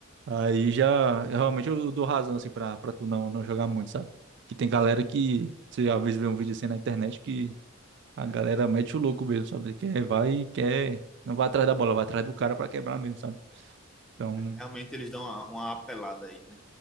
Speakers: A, on the right; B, in the centre.
A: aí já realmente eu dou razão assim para para tu não não jogar muito, sabe? Que tem galera que você às vezes vê um vídeo assim na internet que a galera mete o louco mesmo, sabe? Que vai e quer não vai atrás da bola, vai atrás do cara pra quebrar mesmo, sabe? Então,
B: Realmente eles dão uma, uma apelada aí, né?